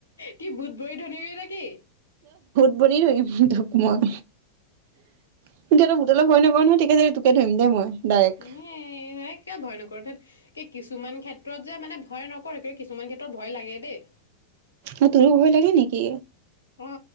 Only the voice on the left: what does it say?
কি বুধবৰী ধনৰি নেকি
এনেই কিয় ভয় নকৰ? ধেত কি, কিছুমান ক্ষেত্ৰত যে, মানে ভয় নকৰ, কিছুমান ক্ষেত্ৰত ভয় লাগে দেই।
অ